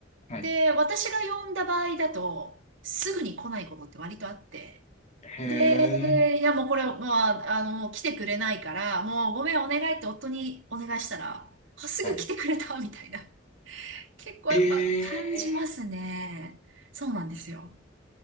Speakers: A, on the left; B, on the right.
A: はい。
B: で、私が呼んだ場合だと、すぐに来ないことって割とあって、
A: へえ。
B: で、いやもうこれ、もう、ああの、もう来てくれないから、もうごめんお願いって夫にお願いしたら、あ、すぐ来てくれたみたいな。
A: はい。
B: 結構やっぱ感じますね。
A: ええ
B: そうなんですよ。